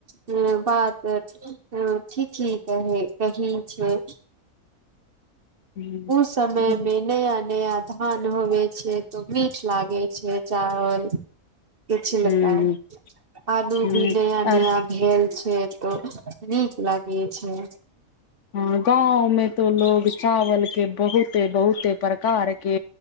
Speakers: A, on the right; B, on the left.
A: ह, बात त ठीक ह, ठीक ही कहे कही छैय।
B: मे
A: ओ समय
B: ह
A: मे नया नया धान होवे छैय तो मीठ लागे छैय चावल। के छिलका,
B: ह
A: आलू
B: ह
A: भी नया नया
B: आर
A: भेल छैय तो नीक लागे छैय।
B: ह, गाँंव में तो लोग चावल के बहुते बहुते प्रकार के